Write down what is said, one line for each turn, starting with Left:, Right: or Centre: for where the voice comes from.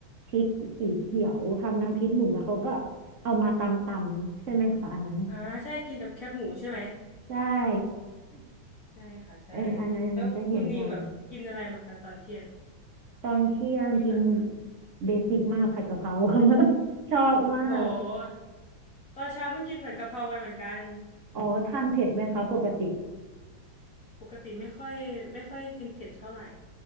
Right: พริกสีเขียวทำน้ำพริกหนุ่มแล้วเขาก็เอามาตำตำใช่ไหมคะอันนั้น
Left: อ่าใช่กินกับแคบหมูใช่ไหม
Right: ได้
Left: ใช่ค่ะใช่
Right: <laughs> เอออันนั้นอันนั้นจะเห็นบ่อย
Left: แล้วคุณนีมแบบกินอะไรมาคะตอนเที่ยง
Right: ตอนเที่ยงกิน
Left: ที่ผ่านมา
Right: เบสิกมากผัดกะเพรา <laughs> ชอบมาก
Left: โหตอนเช้าเพิ่งกินผัดกะเพราไปเหมือนกัน
Right: อ๋อทานเผ็ดไหมคะปกติ
Left: ปกติไม่ค่อยไม่ค่อยกินเผ็ดเท่าไหร่